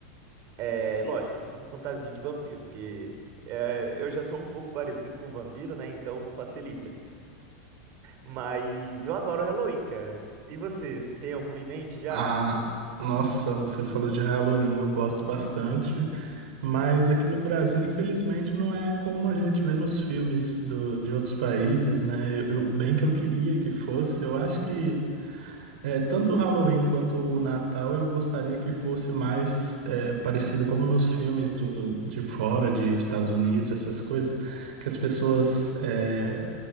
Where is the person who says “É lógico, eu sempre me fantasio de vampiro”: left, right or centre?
Right